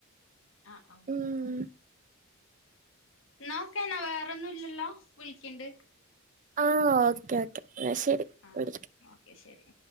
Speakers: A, on the left; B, on the right.
A: ആ ആഹ്.
B: ഉം
A: എന്നോക്കേ എന്നാ. വേറെൊന്നും ഇല്ലല്ലോ? വിളിക്കണ്ട്
B: ആഹ് ഓക്കേ ഓക്കേ എന്നാ ശരി.
A: ആഹ്
B: വിളിക്കാം
A: ഓക്കെ ശരി